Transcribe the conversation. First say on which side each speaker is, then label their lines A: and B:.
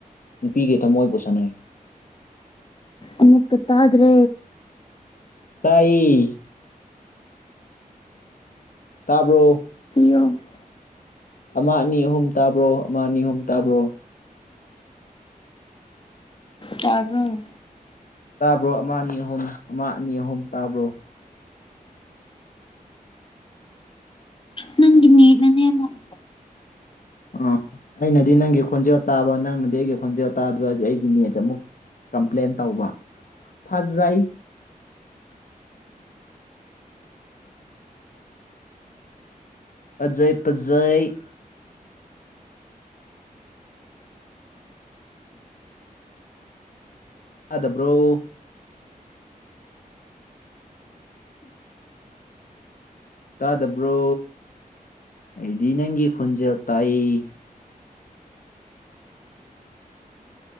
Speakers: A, on the left; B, on the left.
A: ꯅꯨꯄꯤꯒꯤ ꯊꯝꯃꯣꯏꯕꯨ ꯁꯥꯟꯅꯩ
B: ꯑꯃꯠꯇ ꯇꯥꯗ꯭ꯔꯦ
A: ꯇꯥꯏꯌꯦ ꯇꯥꯕ꯭ꯔꯣ
B: <unintelligible>
A: ꯑꯃ ꯑꯅꯤ ꯑꯍꯨꯝ ꯇꯥꯕ꯭ꯔꯣ ꯑꯃ ꯑꯅꯤ ꯑꯍꯨꯝ ꯇꯥꯕ꯭ꯔꯣ
B: ꯇꯥꯕ꯭ꯔꯣ
A: ꯇꯥꯕ꯭ꯔꯣ ꯑꯃ ꯑꯅꯤ ꯑꯍꯨꯝ ꯑꯃ ꯑꯅꯤ ꯑꯍꯨꯝ ꯇꯥꯕ꯭ꯔꯣ
B: ꯅꯪꯒꯤ ꯅꯦꯠꯅꯅꯦ ꯑꯃꯨꯛ
A: ꯑ ꯑꯩꯅꯗꯤ ꯅꯪꯒꯤ ꯈꯣꯟꯖꯦꯜ ꯇꯥꯕ ꯅꯪꯅꯗꯤ ꯑꯩꯒꯤ ꯈꯣꯟꯖꯦꯜ ꯇꯥꯗꯕ‌ <unintelligible> ꯑꯩꯒꯤ ꯅꯦꯠ ꯑꯃꯨꯛ ꯀꯝꯄ꯭ꯂꯦꯟ ꯇꯧꯕ ꯐꯖꯩ ꯐꯖꯩ ꯐꯖꯩ ꯇꯥꯗꯕ꯭ꯔꯣ ꯇꯥꯗꯕ꯭ꯔꯣ ꯑꯩꯗꯤ ꯅꯪꯒꯤ ꯈꯣꯟꯖꯦꯜ ꯇꯥꯏꯌꯦ